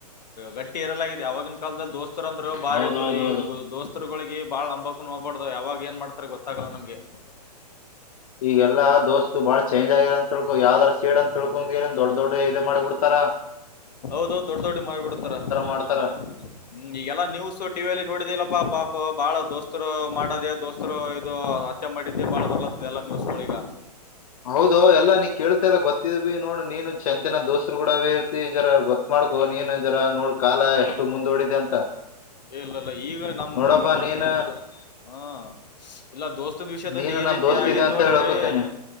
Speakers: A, on the left; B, on the left.
A: ಗಟ್ಟಿ ಇರಲಾಗಿದೆ ಆವಾಗಿನ ಕಾಲದ್ದಾಗ್ ದೋಸ್ತರು ಅಂತ ಬಾರಿ
B: ಹೌದೌದೌದು
A: ಇದ್ರು ಈ ದೋಸ್ತರುಗಳಿಗೆ ಬಹಳ ನಂಬಾಕ್ ಹೋಗ್ಬಾರ್ದ ಯಾವಾಗ ಏನ್ ಮಾಡ್ತಾರ ಗೊತ್ತಾಗಲ್ಲ ನಮ್ಗೆ.
B: ಈಗೆಲ್ಲ ದೋಸ್ತ ಬಾಳ ಚೇಂಜ ಆಗಿ ಅಂತ ತಿಳ್ಕೋ ಯಾವ್ದಾದಾರ ಸೇಡ್ ಅಂತ ತಿಳ್ಕೊಂಡ ಏನ್ ದೊಡ್ ದೊಡ್ ಇದ ಮಾಡಿಬಿಡ್ತಾರಾ.
A: ಹೌದೌದ ದೊಡ್ಡ ದೊಡ್ಡ ಮಾಡ್ಬಿಡತಾರ
B: ಮಾಡ್ತಾರ
A: ಹ ಹ್ಮ್ ಈಗೆಲ್ಲಾ ನ್ಯೂಸ್ ಟಿವಿಯಲ್ಲಿ ನೋಡಿದಿಲ್ಲಪ್ಪಾ ಪಾಪ ಭಾಳ ದೋಸ್ತರು ಮಾಡದ ದೋಸ್ತರು ಇದು ಹತ್ಯೆ ಮಾಡಿದಿ ಬಾಳ ಬರ್ಲತ್ತದ ಎಲ್ಲ ನ್ಯೂಸ್ಗಳ ಈಗ.
B: ಹೌದೋ ಎಲ್ಲಾ ನೀ ಕೇಳ್ತಲ್ಲ ಗೊತ್ತಿದ್ಬಿ ನೋಡು ನೀನು ಚಂತಿನ ದೋಸ್ರು ಗೂಡಬಿ ಇರ್ತಿ ಜರಾ ಗೊತ್ ಮಾಡಕೋ ನೀನ್ ಜರ ನೋಡ್ ಕಾಲ ಎಷ್ಟು ಮುಂದೂಡಿದೆ ಅಂತ.
A: ಏ ಇಲ್ಲ ಇಲ್ಲ ಈಗ ನಮ್
B: ನೋಡಪ್ಪ
A: ಹ ದೋಸ್ತತಂದ
B: ನೀನ್
A: ಇದು ಹ್ಮ ಇಲ್ಲ ದೋಸ್ತನ್ ವಿಷಯದಲ್ಲಿ
B: ನೀನು
A: ಈ
B: ನನ್
A: ರೀತಿ
B: ದೋಸ್ತ್
A: ಆಗಿದ್
B: ಇದೆ ಅಂತ
A: ನೋಡಿದ್ರಿ
B: ಹೇಳಕೊತೀನಿ